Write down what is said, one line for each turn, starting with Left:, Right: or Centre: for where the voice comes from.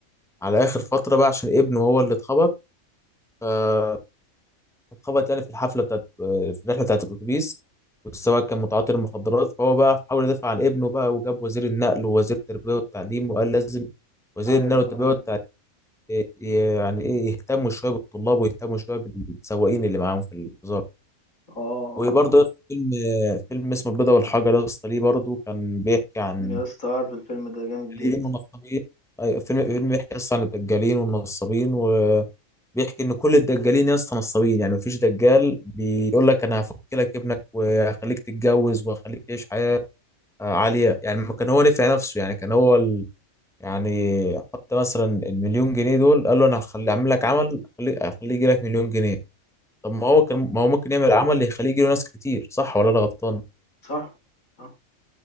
Centre: على اخر فتره بقى عشان ابنه هو اللي اتخبط آه، اتخبط يعني في الحفله بتاعت في الرحله بتاعت الاتوبيس والسواق كان متعاطي المخدرات فهو بقى حاول يدافع عن ابنه بقى وجاب وزير النقل ووزير التربيه والتعليم وقال لازم وزير
Left: ايوه
Centre: النقل والتربيه
Left: ايوه
Centre: والتعليم يعني ايه يهتموا شويه بالطلاب ويهتموا شويه بالسواقين اللي معاهم في الوزاره
Left: اه اه
Centre: وبرضه
Left: اه
Centre: يا اسطى فيلم فيلم اسمه البيضة والحجر يا اسطى ليه برضه كان بيحكي عن
Left: يا اسطى عارف الفيلم ده جامد
Centre: الدجالين
Left: جدا
Centre: والنصابين أيوة، فيلم فيلم بيحكي اصلا عن الدجالين والنصابين وبيحكي ان كل الدجالين يا اسطى نصابين يعني مفيش دجال بيقول لك انا هفك لك ابنك وهخليك تتجوز وهخليك تعيش حياة آه، عالية يعني ما كان هو نفع نفسه يعني كان هو ال... يعني حط مثلا المليون جنيه دول قال له انا هخلي اعمل لك عمل هخليه هخليه يجي لك مليون جنيه طب ما هو كان ما هو ممكن يعمل عمل يخليه يجي له ناس كتير صح ولا انا غلطان
Left: صح اه